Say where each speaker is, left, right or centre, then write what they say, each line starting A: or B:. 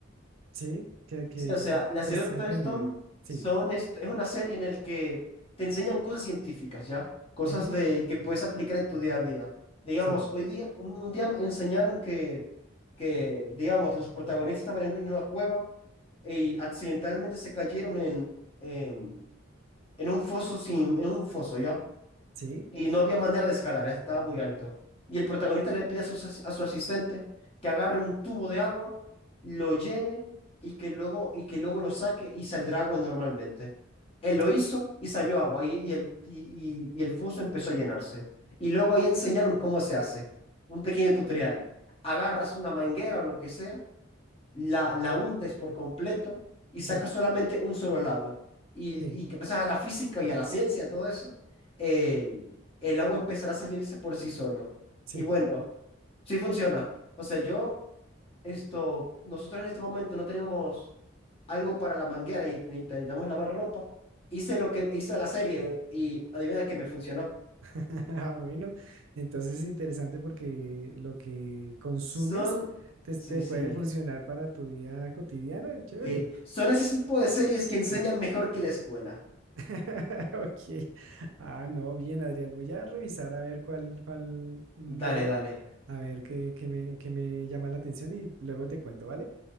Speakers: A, on the right; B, on the left.
A: Sí, que, que,
B: Sí, o sea, la
A: que
B: serie
A: has
B: Doctor
A: aprendido.
B: Stone
A: Sí,
B: son, es, es una serie en la que te enseñan cosas científicas, ¿ya? Cosas
A: ujú,
B: de, que puedes aplicar en tu día a día. Digamos,
A: Sí,
B: hoy día, un, un día me enseñaron que, que, digamos, los protagonistas estaban en una, en una cueva y accidentalmente se cayeron en, em, en un foso sin, en un foso, ¿ya?
A: sí,
B: y no había manera de escalar, ¿eh? estaba muy alto. Y el protagonista le pide a su, as- a su asistente que agarre un tubo de agua, lo llene y que luego, y que luego lo saque y saldrá agua normalmente. Él lo
A: sí,
B: hizo y salió agua y, y el, y, y- y el foso empezó a llenarse. Y luego ahí enseñaron cómo se hace, un pequeño tutorial. Agarras una manguera o lo que sea la, la hundes por completo y
A: sí,
B: sacas solamente un solo lado. Y,
A: sí.
B: y gracias a la física y a la ciencia, todo eso, el, el agua empezará a salirse por sí solo.
A: sí.
B: Y bueno, sí funciona. O sea, yo, esto, nosotros en este momento no tenemos algo para la manguera y ne- necesitamos lavar ropa. Hice lo que hizo la serie y adivina que me funcionó.
A: <laughs> Ah, bueno, entonces es interesante porque lo que consumes
B: Son,
A: te,
B: sí,
A: te
B: sí,
A: puede funcionar para tu vida cotidiana, chévere.
B: sí. Son ese tipo de series que enseñan
A: <clears throat>
B: mejor que la escuela.
A: <laughs> Ok. Ah, no, bien, Adrián. Voy a revisar a ver cuál, cuál veo,
B: Dale, dale.
A: a ver qué, qué me, qué me llama la atención y luego te cuento, ¿vale?